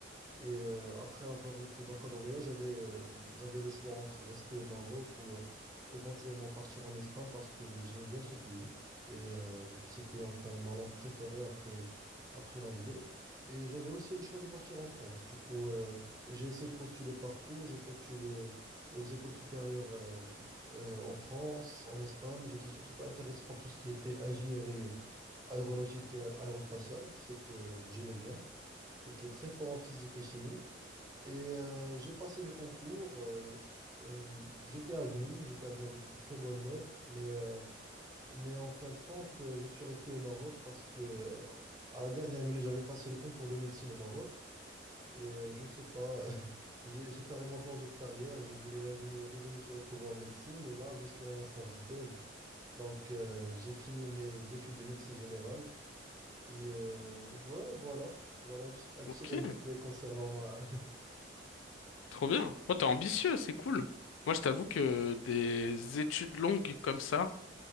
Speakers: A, on the right; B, on the left.
A: Et euh, après avoir eu ce baccalauréat, j'avais euh, j'avais le choix entre rester au Maroc ou euh, éventuellement partir en Espagne parce que j'aimais bien ce pays. Et euh, c'était enfin ma langue préférée après, après l'anglais. Et j'avais aussi le choix de partir en France. Du coup, euh, j'ai essayé de postuler partout. J'ai postulé aux écoles supérieures euh, euh, en France, en Espagne. J'étais surtout pas intéressé par tout ce qui était ingénierie aéronautique et a- aérospatiale. C'était, j'aimais bien. J'étais très fort en physique et chimie et euh, j'ai passé les concours. euh, euh, j'étais admis, j'étais admis avec de très bonnes notes, mais, euh, mais en fin de compte, euh, je suis resté au Maroc parce que euh, à la dernière minute, j'avais passé le concours de médecine au Maroc et euh, je sais pas, <laughs> j'ai, j'ai carrément changé de carrière. Je voulais l'ingénierie, je me suis retrouvé en médecine et là, je suis en instance de thèse. Donc, euh, j'ai fini mes études de médecine générale et euh, ouais, voilà. Voilà un petit, un petit
B: Ok.
A: résumé concernant ma, <laughs>
B: Trop bien. Bon, t'es ambitieux, c'est cool. Moi, je t'avoue que des études longues comme ça,